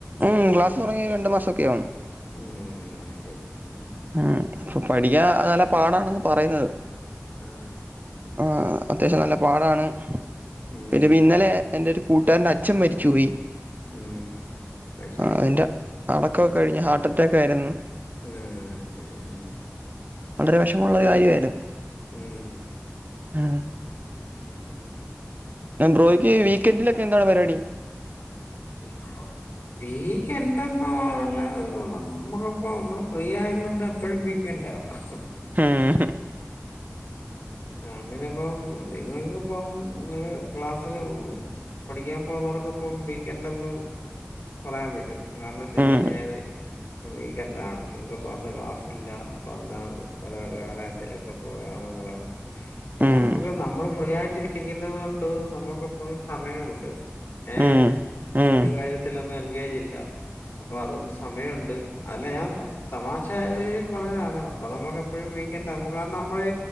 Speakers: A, on the right; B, on the left.
A: ഉം ക്ലാസ് തുങ്ങത് രണ്ട് മാസൊക്കെ ആകാണ്
B: ഉം അത് ശരി ഉം
A: ഉം അപ്പൊ പഠിക്കാൻ നല്ല പാടാണെന്ന് പറയുന്നത്
B: ആഹ്
A: ആഹ് അത്യാവശ്യം നല്ല പാടാണ്
B: ഉം
A: പിന്നെ ഇന്നലെ എന്റെ ഒരു കൂട്ടുകാരന്റെ അച്ഛൻ മരിച്ചുപോയി
B: ഉം അയി ശരി
A: അതിന്റെ അടക്കമൊക്കെ കഴിഞ്ഞ് ഹാർട്ട് അറ്റാക്കായിരുന്നു
B: ഉം ശരി ഉം
A: വളരെ വിഷമമുള്ള ഒരു കാര്യായിരുന്ന്
B: ഉം
A: ഉം
B: ഉം
A: ബ്രോക്ക് വീക്ക്‌ എന്റിൽ എന്താണ് പരിപാടി
B: ആഹ വീക്ക്ഏൻഡ് എന്നുള്ള നമ്മുക്കിപ്പോ നമ്മള് ഫ്രീ ആയത കൊണ്ട് എപ്പോഴും വീക്ക് എൻഡ് ആഹ്
A: ആഹ്
B: അങ്ങനെ ഇപ്പം നിങ്ങൾക്ക് ഇപ്പം ക്ലാസ് പഠിക്കാൻ പോകുന്നവർക്ക ഇപ്പം വീക്ക്‌ എൻഡ് ന്ന് പറയാൻ പറ്റും കാരണം ശനി
A: ഉം
B: ഞായർ വീക്കന്റ ആണ് നിങ്ങക്ക് അപ്പോ അന്ന് ക്ലാസ് ഇല്ല അപ്പ അന്ന് പല പല വേറെ എന്തെങ്കിലുമൊക്ക പ്രോഗ്രാമുകൾ കാണും അപ്പ
A: ഉം
B: നമുക്ക് നമ്മള് ഫ്രീ ആയിട്ട് ഇരിക്കുന്നത് കൊണ്ട് നമ്മുക്ക ഇപ്പം സമയമുണ്ട് ഏഹ്
A: ഉം
B: മറ്റ്
A: ഉം
B: കാര്യത്തിലൊന്നും എൻഗേജ് ഇല്ല അപ്പൊ അതുകൊണ്ട് സമയമുണ്ട് അല്ല ഞാൻ തമാശ രീതിയിൽ പറഞ്ഞതാണ് അപ്പൊ നമുക്ക് എപ്പോഴും വീക്കെന്ഡ നുക്ക് കാരണം നമ്മള്